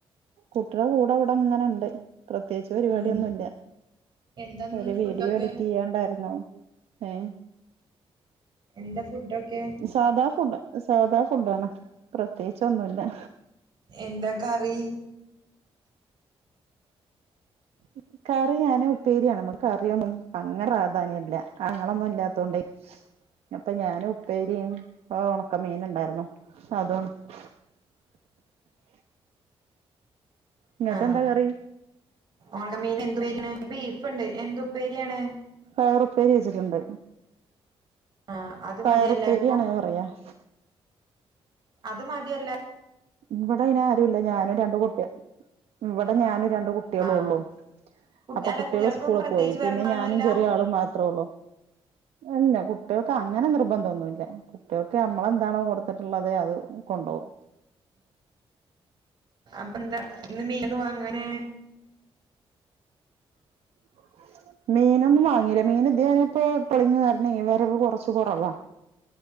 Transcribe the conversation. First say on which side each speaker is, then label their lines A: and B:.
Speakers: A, on the right; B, on the right.
A: കുട്ടീടെ കൂടെ അവിടെ ഇങ്ങനിണ്ട് പ്രത്യേകിച്ച് പരിപാടിയൊന്നൂല്ലാ
B: ഉം എന്താന്ന്
A: ഒരു
B: ഫുഡൊക്കെ
A: വീഡിയോ എഡിറ്റ് ചെയ്യാണ്ടായിരുന്നു ഏ
B: എന്താ ഫുഡൊക്കെ
A: സാധാ ഫുഡ് സാധാ ഫുഡാണ് പ്രത്യേകിച്ച് ഒന്നുമില്ലാ
B: എന്താ കറി
A: ഉം കറി ഞാന് ഉപ്പേരിയാണ് നമ്മുക്ക് കറിയൊന്നും അങ്ങനെ പ്രാധാന്യമല്ലാ ആങ്ങളൊന്നും ഇല്ലാത്ത കൊണ്ടേ അപ്പൊ ഞാന് ഉപ്പേരിയും ഒണക്കമീൻ ഉണ്ടായിരുന്നു അതും <inaudible> ഇങ്ങക്ക്
B: ആ
A: എന്താ കറി
B: ഓണമീൻ എന്ത് <unintelligible> ബീഫുണ്ട് എന്തു ഉപ്പേരിയാണ്
A: പയറുപ്പേരി വെച്ചിട്ടുണ്ട്
B: ആഹ് അത്
A: പയറുപ്പേരിയാണ്
B: മതി എല്ലാർക്കും
A: പറയാ <inaudible>
B: അത് മതിയല്ലാ
A: ഇവിടെ അയ്ന് ആരൂല്ലാ ഞാനും രണ്ട് കുട്ടി മം ഇവിടെ ഞാനും രണ്ട് കുട്ടികളും
B: ആഹ്
A: ഉള്ളൂ
B: കുട്ട്
A: അപ്പൊ
B: അല്ല
A: കുട്ടികള്
B: കുട്ടികൾക്കും
A: സ്കൂളിൽ
B: പ്രത്യേകിച്ച്
A: പോയി
B: വേറൊന്നും
A: പിന്നെ
B: വേണന്നില്ല
A: ഞാനും ചെറിയ ആളും മാത്രേ ഉള്ളൂ <unintelligible> കുട്ടികൾക്ക് അങ്ങനെ നിർബന്ധമൊന്നുമില്ലാ കുട്ടികൾക്ക് നമ്മളെന്താണോ കൊടുത്തിട്ടുള്ളത് അത് കൊണ്ടോവും
B: അപ്പൊ എന്താ ഇന്ന് മീന് വാങ്ങാനെ
A: <inaudible> മീനൊന്നും വാങ്ങീല്ലാ മീന് ഇത് ഇപ്പൊ പോളിങ്ങ് കാരണം വരവ് കൊറച്ച് കൊറവാ